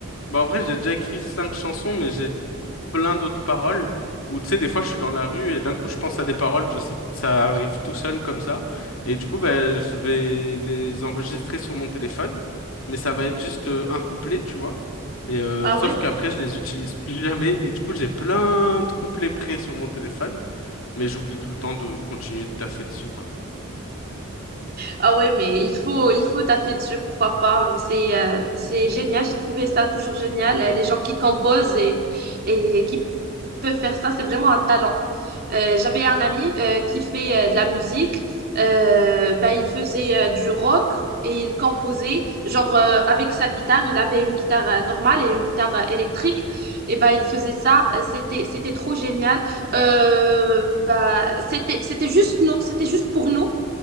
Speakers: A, on the left; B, on the right.
A: Bah, en vrai, j'ai déjà écrit cinq chansons, mais j'ai plein d'autres paroles où, tu sais, des fois, je suis dans la rue et d'un coup, je pense à des paroles, je sais, ça arrive tout seul comme ça. Et du coup, bah, je vais les enregistrer sur mon téléphone, mais ça va être juste euh, un couplet, tu vois. Et euh,
B: Ah
A: sauf
B: ouais?
A: qu'après, je les utilise <laughs> plus jamais. Et du coup, j'ai plein de couplets prêts sur mon téléphone, mais j'oublie tout le temps de continuer de taffer dessus, quoi.
B: Ah ouais, mais il faut, il faut taffer dessus, pourquoi pas. C'est euh, c'est génial, j'ai trouvé ça toujours génial. Euh, Les gens qui composent et, et qui peuvent faire ça, c'est vraiment un talent. Euh, j'avais un ami euh, qui fait euh, de la musique. Euh, bah, il faisait euh, du rock et il composait, genre euh, avec sa guitare. Il avait une guitare euh, normale et une guitare euh, électrique. Et bah, il faisait ça. Euh, C'était, c'était trop génial. Euh, bah, c'était, c'était juste nous, c'était juste pour nous.